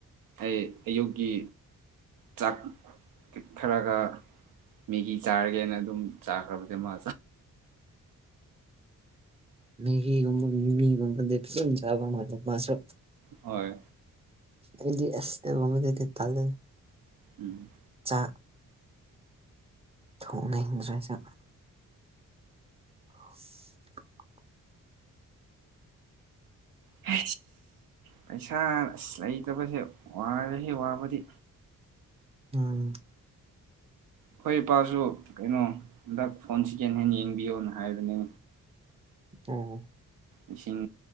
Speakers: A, on the right; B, on the right.
A: ꯑꯩ ꯑꯌꯨꯛꯀꯤ ꯆꯥꯛ ꯄꯤꯛꯈꯔꯒ ꯃꯦꯒꯤ ꯆꯥꯔꯒꯦꯅ ꯑꯗꯨꯝ ꯆꯥꯈ꯭ꯔꯕꯁꯦ ꯃꯥ
B: ꯃꯦꯘꯤ ꯀꯕ ꯃꯤꯃꯤꯒꯝꯕꯗ ꯆꯥꯕ ꯃ ꯃꯥꯁ
A: ꯍꯣꯏ
B: ꯑꯩꯗꯤ ꯑꯁꯇ ꯀꯃꯗꯗꯤ ꯇꯂꯦ
A: ꯎꯝ
B: ꯆꯥꯛ ꯊꯣꯡꯅ ꯍꯤꯡꯗ꯭ꯔꯦꯁꯦ <inaudible>
A: ꯐ ꯄꯩꯁꯥ ꯑꯁ ꯂꯩꯇꯕꯁꯦ ꯋꯥꯔꯦꯁꯤ ꯋꯥꯕꯗꯤ
B: ꯎꯝ
A: ꯍꯣꯏ ꯏꯄꯥꯁꯨ ꯀꯩꯅꯣ ꯍꯟꯗꯛ ꯐꯣꯟ ꯁꯦꯀꯦꯟ ꯍꯦꯟ ꯌꯦꯡꯕꯤꯌꯣꯅ ꯍꯥꯏꯕꯅꯤ
B: ꯎꯝ
A: ꯂꯤꯁꯤꯡ